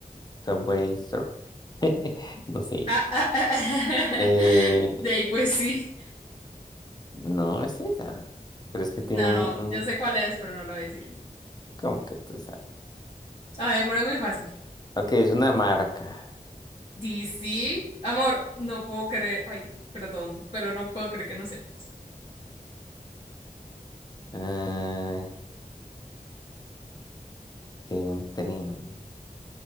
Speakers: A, on the left; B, on the left.
A: Subway Surfer. <laughs> No sé.
B: Ah, ah, ah.
A: Eh,
B: <laughs> De ahí, pues sí.
A: No es esa. Pero es que tiene
B: No, no.
A: un... un-
B: Yo sé cuál es, pero no lo voy a decir.
A: ¿Cómo que tú sabes?
B: Ay, pero es muy fácil.
A: Ok, es una marca.
B: DC. Amor, no puedo creer. Ay, perdón, pero no puedo creer que no sé.
A: Ay, que hay un tren.